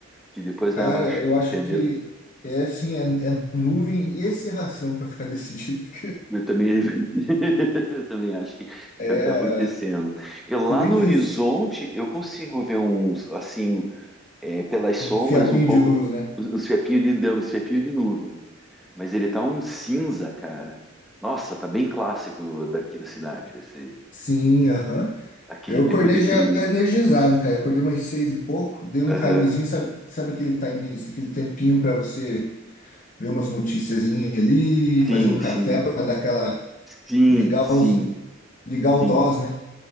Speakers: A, in the centre; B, on the left.
A: Que depois
B: Cara,
A: vai abaixar,
B: eu
A: entendeu?
B: acho que é assim, é, é nuvem e encerração para ficar desse <laughs> jeito.
A: Eu também, <laughs> eu também acho que
B: É,
A: é o que está acontecendo. E lá
B: se bem
A: no
B: que
A: horizonte
B: s-
A: eu consigo ver uns assim É, pelas sombras,
B: um fiapinho
A: um pouco.
B: de luz, né?
A: Uns fiapinhos de deu, uns fiapinhos de nuvem. Mas ele tá um cinza, cara. Nossa, tá bem clássico daqui da cidade, esse,
B: Sim, aham.
A: aquele
B: Eu
A: tempo
B: acordei
A: deprimido.
B: já energizado, cara. Acordei umas seis e pouco, dei um
A: Aham.
B: timezinho, sabe, sabe aquele time, aquele tempinho para você ver umas noticiazinhas ali, fazer
A: Sim,
B: um café
A: sim,
B: para dar aquela
A: sim,
B: ligar
A: sim,
B: os ligar o
A: sim.
B: DOS, né?